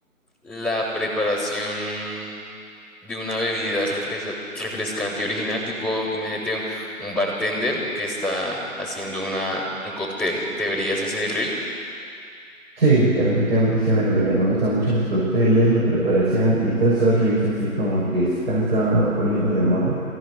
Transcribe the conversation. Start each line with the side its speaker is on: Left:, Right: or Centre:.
Centre: la preparación de una bebida refresa- refrescante original, tipo, imagínate un, un bartender que está haciendo una, un cóctel. ¿Te verías ese reel?
Right: Sí, definitivamente sí me debería. Me gustan mucho los cócteles, la preparación y todos esos reels así como que se están, estado poniendo de moda,